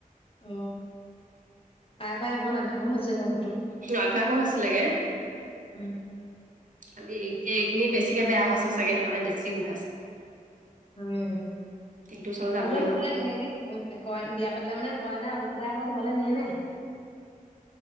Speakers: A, on the left; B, on the right.
A: অ পায় পায় অকনমান অভ্যাসও হৈছে গৈ
B: অভ্যাসো হৈছিলে গে
A: উম
B: খালি এতিয়া এইখিনি বেছিকে বেয়া হৈছে চাগে সেইকাৰণে, বেছি গোন্ধাইছে।
A: উম,
B: দিনটো
A: তহঁতৰ
B: ওচৰলৈ যাবই
A: সেইফালে
B: নোৱাৰো
A: হেৰি উ কইনা বিয়া পাতিলে মানে কইনা উভতায় আকৌ ঘৰলে নিয়ে নে?